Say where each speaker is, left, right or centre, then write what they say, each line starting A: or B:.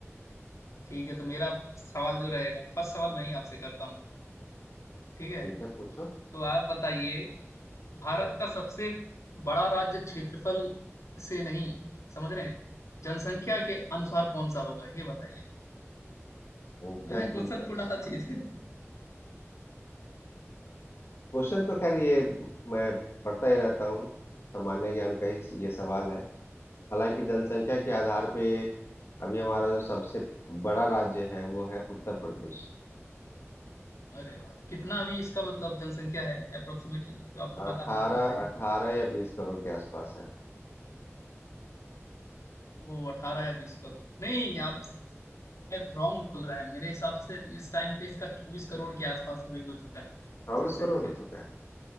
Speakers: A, on the left; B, on the left.
A: ठीक है तो मेरा सवाल जो रहेगा फर्स्ट सवाल मैं ही आपसे करता हूँ ठीक है
B: ठीक है पूछो
A: तो आप बताइए भारत का सबसे बड़ा राज्य क्षेत्रफल से नहीं समझ रहे हैं जनसंख्या के अनुसार कौन सा होगा ये बताइए
B: वो
A: मैंने
B: क्या क्यों
A: क्वेश्चन
B: अनुसार
A: थोड़ा सा चेंज कर दिया
B: क्वेश्चन तो खैर ये मैं पढ़ता ही रहता हूँ सामान्य ज्ञान का ही ये सवाल है हालांकि जनसंख्या के आधार पे अभी हमारा जो सबसे बड़ा राज्य है वो है उत्तर प्रदेश
A: अरे वाह तो कितना भी इसका मतलब जनसंख्या है अप्रोक्सीमेटली जो आपको
B: अठारह
A: पता होगा तो बताइए
B: अठारह या बीस करोड़ के आसपास है
A: वो अठारह या बीस करोड़ नहीं आप शायद रॉन्ग बोल रहे हैं मेरे हिसाब से इस टाइम पे इसका चौबीस करोड़ के आसपास अभी हो चुका है
B: चौबीस
A: जनसंख्या
B: करोड़ हो चुका है